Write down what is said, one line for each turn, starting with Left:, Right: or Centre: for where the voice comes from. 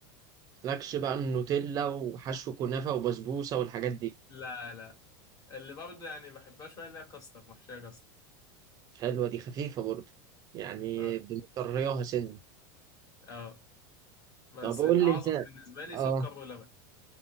Right: مالكش بقى من نوتيلا وحشو كنافة وبسبوسة والحاجات دي
Left: لا لا اللي برضه يعني بحبها شوية اللي هي كاستر محشية كاستر
Right: حلوة دي خفيفة برضه يعني
Left: اه
Right: بنطريها سنة
Left: اه بس
Right: طب قول
Left: الأعظم
Right: لي أنت
Left: بالنسبة لي
Right: آه
Left: سكر ولبن